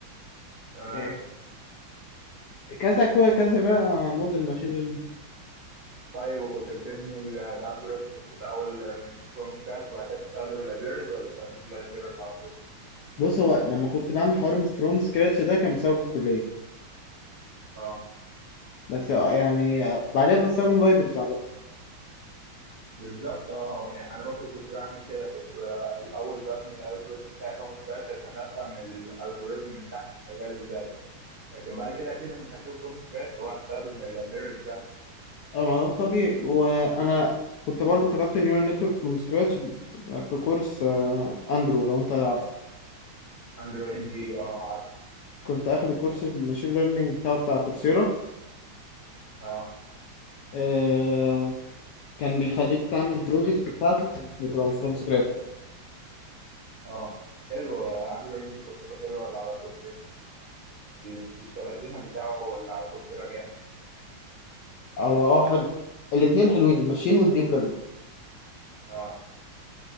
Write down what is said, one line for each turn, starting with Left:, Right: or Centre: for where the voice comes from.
Right: تمام
Left: آه كذا كو- كذا بقى موديل ماشين
Right: طيب وكنت بتبني الالجوريزمز الاول من فروم سكراتش وبعد كده تستخدم اللايبريز ولا استخدمت اللايبريز على طول؟
Left: بص هو لما كنت بعمل حوار فروم سكراتش ده كان بسبب الكلية
Right: اه
Left: بس آه، يعني آه، بعدها بستخدم لايبرز عليه
Right: بالظبط اه يعني انا برضو كنت بعمل كده كنت بقى الاول ببني الالجوريزم بتاعي فروم سكراتش عشان افهم الالجوريزم من تحت شغال ازاي لكن بعد كده اكيد مش هكتبه فروم سكراتش هو هستخدم اللايبريز جاهزه
Left: اه ما ده طبيعي وانا كنت برضو كتبت نيورال نتورك فروم سكراتش في كورس آه، اندرو لو انت عارفه
Right: اندرو ان جي اه عارف
Left: كنت اخد الكورس الماشين ليرنينج بتاعه بتاع كورسيرا
Right: اه
Left: آه كان بيخليك تعمل بروجكت بتاعته كانت بتبقى فروم سكراتش
Right: اه حلو اندرو ان جي كورساته حلوه اللي على كورسيرا السبيشاليزيشن بتاعه اللي على كورسيرا جامد
Left: او اه حلو الاتنين حلوين الماشين والديب ليرنينج
Right: اه